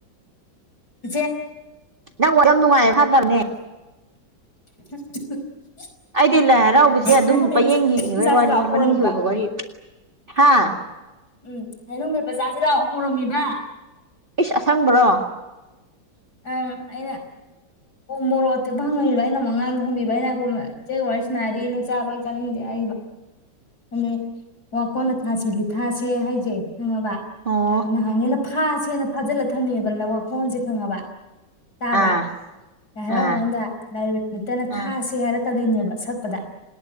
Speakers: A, on the left (about 55°); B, on the right (about 30°).
A: ꯦ
B: ꯅ ꯑꯣꯔ ꯅꯨꯡꯉꯥꯏ ꯐꯥꯗꯔꯅꯦ
A: <unintelligible>
B: ꯑꯩꯗꯤ ꯂꯥꯏ ꯍꯔꯥꯎꯕꯁꯦ ꯑꯗꯨꯝ
A: ꯍꯩꯅꯧ ꯃꯦꯠꯄ
B: ꯄꯌꯦꯡ ꯌꯦꯡꯉꯤ ꯍꯣꯏ
A: ꯆꯥꯁꯤ
B: ꯋꯥꯔꯤꯅꯤ
A: ꯂꯥꯛꯑꯣ ꯀꯧꯔꯝꯃꯤꯕ
B: ꯃꯅꯨꯡꯒꯤ ꯑꯣꯏꯕ ꯋꯥꯔꯤ ꯍꯥꯥ
A: ꯎꯝ ꯍꯂꯣ ꯃ ꯄꯆꯥꯥꯁꯤ ꯂꯥꯛ ꯍꯧꯔꯝꯃꯤꯕ
B: ꯏꯁꯁ ꯑꯁꯪꯕ꯭ꯔꯣ
A: ꯑ ꯑꯩꯅ ꯃꯣꯔꯣꯛꯠꯇꯨ ꯐꯪꯉꯕ ꯑꯩꯅ ꯃꯉꯥꯡꯗ ꯍꯪꯕꯤꯕ ꯍꯥꯏꯩꯅ ꯏꯆ ꯋꯥ ꯁꯅꯥꯔꯤ ꯅ ꯆꯥꯔꯣꯏ ꯆꯥꯅꯤꯡꯗꯦ ꯍꯥꯏꯕ ꯑ ꯋꯥ ꯀꯣꯟꯅ ꯊꯥꯁꯤꯜꯂꯤ ꯊꯥꯁꯦ ꯍꯥꯏꯖꯦ ꯍꯉꯕ
B: ꯑꯣ
A: ꯑꯗꯨꯅ ꯍꯅ ꯐꯥꯁꯦꯅ ꯐꯥꯖꯤꯜꯂ ꯊꯝꯃꯦꯕ ꯋꯥꯈꯜꯁꯦ ꯈꯪꯉꯕ ꯇꯥꯕ꯭ꯔꯥ
B: ꯑꯥ
A: ꯂ ꯍꯔꯥꯎ
B: ꯑꯥ
A: ꯃꯅꯨꯡꯗꯥꯏ ꯅꯨꯃꯤꯠꯇꯅ
B: ꯑꯥ
A: ꯊꯥꯁꯤ ꯍꯥꯏꯔꯛ ꯆꯀꯗꯣꯏꯅꯦꯕ ꯁꯛꯄꯗ